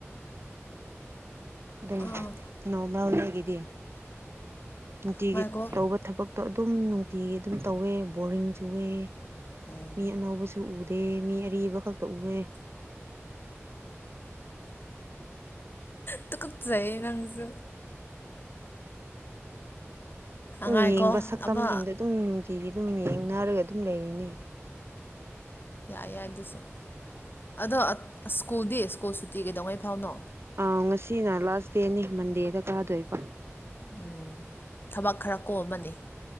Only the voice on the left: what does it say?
ꯑꯥ
ꯉꯥꯏꯈꯣ
ꯎꯝ
ꯇꯨꯀꯠꯆꯩꯌꯦ ꯅꯪꯁꯨ
ꯉꯥꯏꯈꯣ
ꯑꯃ
ꯌꯥꯏ ꯌꯥꯏ ꯑꯗꯨꯁꯨ ꯑꯗꯣ ꯁ꯭ꯀꯨꯜꯗꯤ ꯁ꯭ꯀꯨꯜ ꯁꯨꯇꯤ ꯀꯩꯗꯧꯉꯩ ꯐꯥꯎꯅꯣ
ꯎꯝ ꯊꯕꯛ ꯈꯔ ꯀꯣꯝꯃꯅꯤ